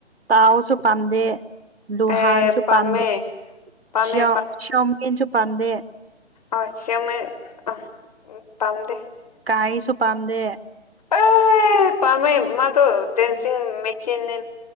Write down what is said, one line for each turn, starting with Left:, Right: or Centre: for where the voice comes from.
Right: ꯇꯥꯎꯁꯨ ꯄꯥꯝꯗꯦ ꯂꯨꯍꯥꯟꯁꯨ
Left: ꯑꯦ ꯄꯥꯝꯃꯦ
Right: ꯄꯥꯝꯗꯦ
Left: ꯄꯥꯝꯃꯦ
Right: ꯁꯤꯌꯥꯎ ꯁꯤꯌꯥꯎ ꯌꯤꯟꯁꯨ ꯄꯝꯗꯦ
Left: ꯑ ꯁꯤꯃꯣꯏ ꯑ ꯄꯥꯝꯗꯦ
Right: ꯀꯥꯏꯁꯨ ꯄꯥꯝꯗꯦ
Left: ꯑ ꯄꯥꯃꯦ ꯃꯥꯗꯨ ꯗꯦꯟꯁꯤꯡ ꯃꯦꯆꯤꯟ